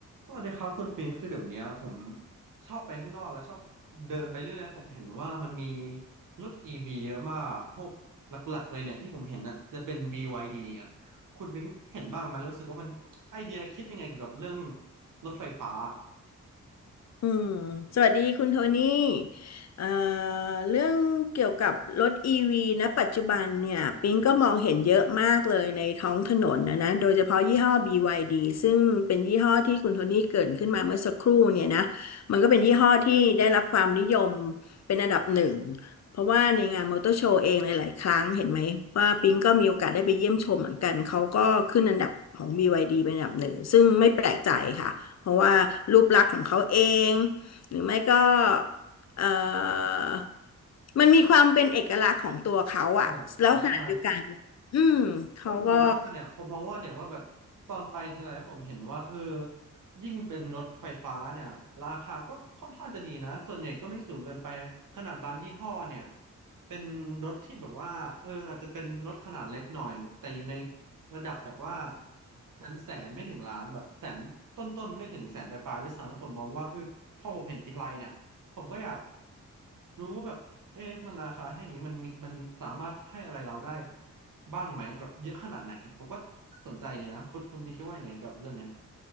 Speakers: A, on the right (about 70°); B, on the left (about 55°).
A: สวัสดีครับคุณปิงคือเดี๋ยวเนี้ยผมชอบไปข้างนอกแล้วชอบเดินไปเรื่อยๆผมเห็นว่ามันมีรถอีวีเยอะมากพวกหลักๆเลยเนี่ยที่ผมเห็นน่ะจะเป็น BYD อะคุณปิงเห็นบ้างไหมรู้สึกว่ามันไอเดียคิดยังไงเกี่ยวกับเรื่องรถไฟฟ้า
B: อืมสวัสดีคุณโทนี่เอ่อเรื่องเกี่ยวกับรถอีวีนะปัจจุบันเนี่ยปิงก็มองเห็นเยอะมากเลยในท้องถนนนะนะโดยเฉพาะยี่ห้อ BYD ซึ่งเป็นยี่ห้อที่คุณโทนี่เกริ่นขึ้นมาเมื่อสักครู่เนี่ยนะ มันก็เป็นยี่ห้อที่ได้รับความนิยมเป็นอันดับหนึ่ง เพราะว่าในงานมอเตอร์โชว์เองหลายๆครั้งเห็นไหมว่าปิงก็มีโอกาสได้ไปเยี่ยมชมเหมือนกันเขาก็ขึ้นอันดับของบีวายดีเป็นอันดับหนึ่งซึ่งไม่แปลกใจค่ะ เพราะว่ารูปลักษณ์ของเขาเอง หรือไม่ก็เอ่อมันมีความเป็นเอกลักษณ์ของตัวเขาอะแล้วขณะเดียวกันเนี่ยอืมเขาก็
A: เข้าไปกับล้อใช่ แล้วผมมองว่าเนี่ยผมมองว่าเนี่ยว่าแบบตอนไปทีไรผมเห็นว่าเออยิ่งเป็นรถไฟฟ้าเนี่ยราคาก็ค่อนข้างจะดีนะส่วนใหญ่ก็ไม่สูงเกินไปขนาดบางยี่ห้อเนี่ยเป็นรถที่แบบว่าเอออาจจะเป็นรถขนาดเล็กหน่อยแต่อยู่ในระดับแบบว่าแสนแสนไม่ถึงล้านแบบแสนต้นๆไม่ถึงแสนปลายๆด้วยซ้ำแล้วผมมองว่าเออพอผมเห็นทีไรเนี่ยผมก็อยากรู้ว่าแบบเอ๊ะมันราคาให้นี้มันมีมันสามารถให้อะไรเราได้ บ้างไหมแบบเยอะขนาดไหนผมก็สนใจเลยนะคุณคุณมีคิดว่ายังไงกับเรื่องเนี้ย